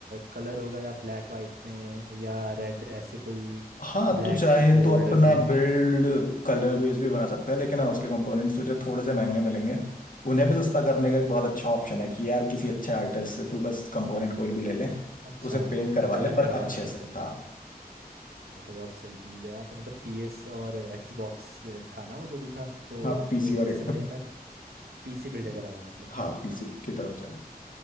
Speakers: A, on the right (about 80°); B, on the left (about 60°).
A: कलर होगा या ब्लैक वाइट में या रेड ऐसे कोई
B: हाँ
A: ब्लैक
B: तू चाहे
A: गोल्ड
B: तो अपना
A: में
B: बिल्ड कलर बेस भी बना सकता है लेकिन हाँ उसके कंपोनेंट्स तुझे थोड़े से महंगे मिलेंगे उन्हें भी सस्ता करने का एक बहुत अच्छा ऑप्शन है कि यार किसी अच्छे आर्टिस्ट से तू बस कंपोनेंट कोई भी ले ले
A: अच्छा
B: उसे पेंट करवा
A: मैं कलर
B: ले पर
A: करवा
B: अच्छे
A: लूँ मतलब
B: से
A: उसमें
B: हाँ
A: ये तो बहुत सही चीज़ है यार तो मतलब पीएस और एक्सबॉक्स था ना वो जो भी था तो
B: हाँ पीसी
A: अ,
B: और
A: इससे
B: एक
A: बढ़िया मैं
B: <laughs>
A: पीसी बिल्ड करा दूँ मतलब
B: हाँ पीसी की तरफ जा